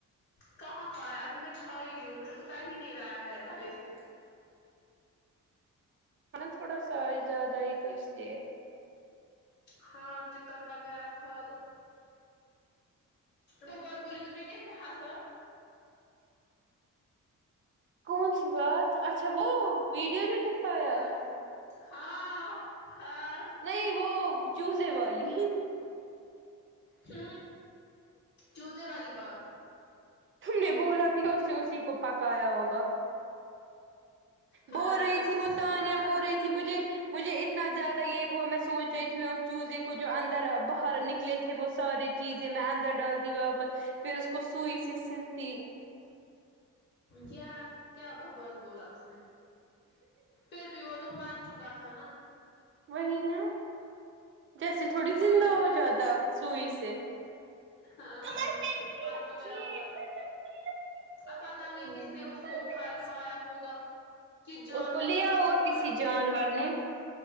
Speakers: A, on the left (about 35°); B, on the right (about 40°).
A: کہاں کھا ہے ابھی میں کھا ہی رہی ہوں مجھے اتر ہی نہیں رہا ہے گالے سے
B: ہ نا تھوڑا سا یاد آئی تو اس لیے
A: ہاں چکن وغیرہ کہایا تو وہ بات بولی تم نے کیسے ہاسا
B: کون سی بات اچھا وہ ویڈیو جو دکھایا
A: آب ہاں ہاں
B: نہیں وہ چوزے والی
A: ہ چوزے والی بات
B: تم نے بولا بھی اسے اسی کو پکایا ہوگا
A: ہاں
B: بول رہی تھی وہ تانیہ
A: کو پکا
B: بول
A: کر
B: رہی
A: پھر
B: تھی
A: دو
B: مجھے مجھے اتنا زیادہ یہ ہوا میں سوچ رہی تھی میں اس چوزے کو جو اندر باہر نکلے تھے وہ سارے چیزے میں اندر ڈال دی واپس پھر اس کو سئی سے سلتی
A: کیا کیا بکواس بولا اس نے پھر بھی وہ تو مار چکا تھا نا
B: وہی نا جیسے تھوڑی
A: فائدہ
B: زندہ ہو
A: کیا
B: جاتا
A: تھا
B: سوئی سے
A: ہاں
B: کمر پین کی
A: مر
B: رکھی
A: تو گیا
B: ہے
A: ہوگا
B: اور لمبی
A: اب پت نہیں کس
B: لمبی
A: نے
B: ہوں
A: اس کو اٹھایا کھایا ہوگا کہ جانور
B: اس کو لیا
A: نے
B: ہوا
A: کھایا
B: کسی
A: ہوگا
B: جانور نے